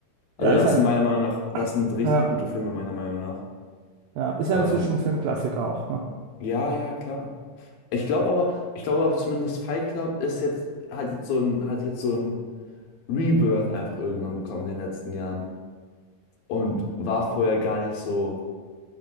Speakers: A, on the left (about 75°); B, on the right (about 80°).
A: Also
B: ja, ist
A: das
B: ja, ein,
A: sind meiner Meinung nach, das sind richtig
B: ja,
A: gute Filme meiner Meinung nach.
B: ja, ist ja
A: Ähm,
B: inzwischen ein Filmklassiker auch. ne?
A: Ja, ja, klar. Ich glaube aber, ich glaube aber zumindest Fight Club ist jetzt, hat jetzt so ein, hat jetzt so ein Rebirth einfach irgendwann bekommen in den letzten Jahren. Und war vorher gar nicht so.